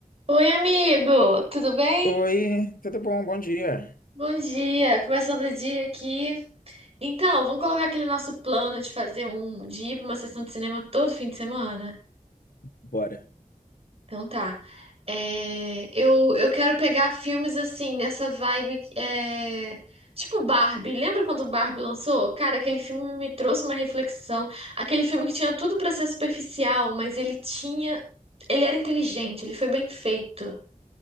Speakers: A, on the right; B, on the left.
A: Oi, amigo, tudo bem?
B: Oi, tudo bom? Bom dia.
A: Bom dia, começando o dia aqui. Então, vamos colocar aquele nosso plano de fazer um de ir para uma sessão de cinema todo fim de semana?
B: Bora.
A: Então tá. É, eu, eu quero pegar filmes assim, nessa vibe, é, tipo Barbie. Lembra quando Barbie lançou? Cara, aquele filme me trouxe uma reflexão. Aquele filme que tinha tudo para ser superficial, mas ele tinha. Ele era inteligente, ele foi bem feito.